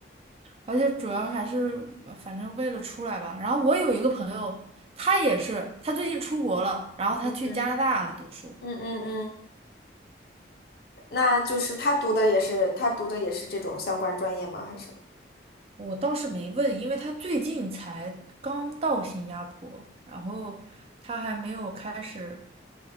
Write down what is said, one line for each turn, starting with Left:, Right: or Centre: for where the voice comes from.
Right: 而且主要还是反正为了出来吧。然后我有一个朋友，他也是，他最近出国了，然后他去加拿大读书。
Left: 嗯嗯嗯嗯嗯，那就是他读的也是，他读的也是这种相关专业吗？还是？
Right: 我倒是没问，因为他最近才刚到新加坡，然后他还没有开始